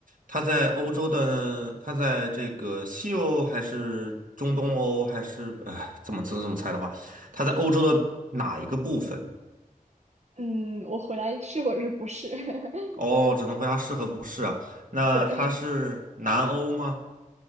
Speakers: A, on the right; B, on the right.
A: 它在欧洲的，它在这个西欧还是中东欧还是，哎，怎么怎么怎么猜的话，它在欧洲的哪一个部分？
B: 嗯，我回答是或者是不是？<laughs>
A: 哦，只能回答是和不是啊。那它是南欧吗？
B: 对，